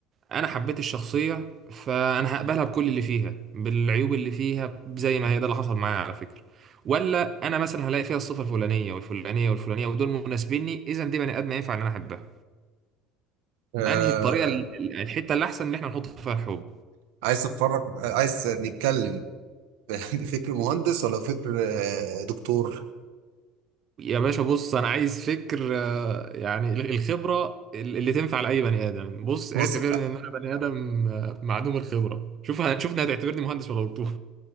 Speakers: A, on the right (about 30°); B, on the right (about 80°).
A: انا حبيت الشخصية فانا هقبلها بكل اللي فيها بالعيوب اللي فيها زي ما هي ده اللي حصل معايا على فكرة ولا انا مثلا هلاقي فيها الصفة الفلانية والفلانية والفلانية ودول مناسبيني اذا دي بني ادم ينفع ان انا احبها
B: آه...
A: انهي الطريقة ال- ال- الحتة اللي احسن ان احنا نحط فيها الحب
B: عايز تتفرج عايز نتكلم <laughs> بفكر مهندس ولا فكر آه، دكتور
A: يا باشا بص انا عايز فكر آه، يعني ال- الخبره ال- اللي تنفع لاي بني ادم بص اعتبرني
B: بص
A: ان انا بني ادم آه، معدوم الخبره شوف ه- شوفني هتعتبرني مهندس ولا دكتور